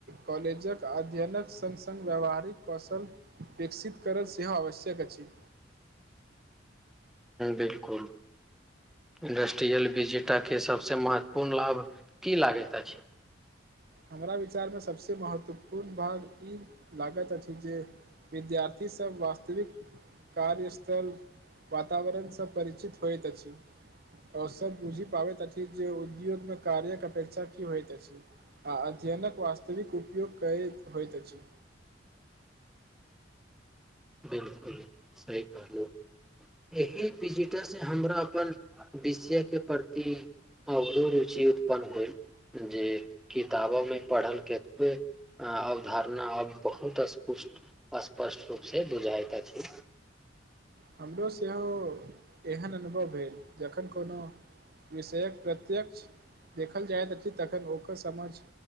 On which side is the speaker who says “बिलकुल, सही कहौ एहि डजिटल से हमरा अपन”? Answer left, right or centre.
Centre